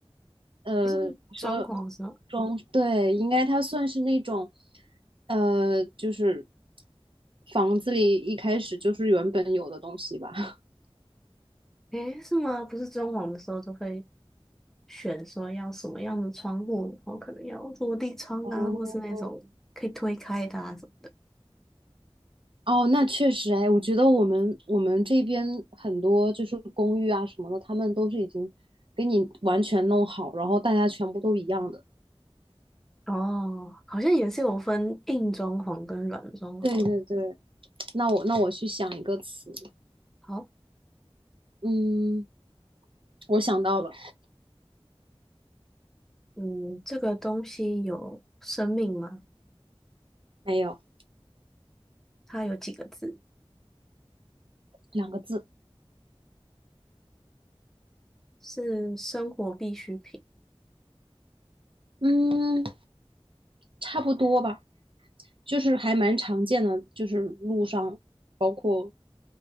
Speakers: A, on the right; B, in the centre.
A: 呃，
B: 不是装潢的时候，
A: 说装，对，应该它算是那种，呃，就是房子里一开始就是原本有的东西吧。<laughs>
B: 诶，是吗？不是装潢的时候就会选说要什么样的窗户，然后可能要落地窗啊，
A: 哦，
B: 或是那种可以推开的啊什么。
A: 哦，那确实，哎，我觉得我们我们这边很多就是公寓啊什么的，他们都是已经给你完全弄好，然后大家全部都一样的。
B: 哦，好像也是有分硬装潢跟软装潢。
A: 对对对，那我那我去想一个词，
B: 好，
A: 嗯，我想到了，
B: 嗯，这个东西有生命吗？
A: 没有，
B: 它有几个字，
A: 两个字，
B: 是生活必需品，
A: 嗯，差不多吧，就是还蛮常见的，就是路上包括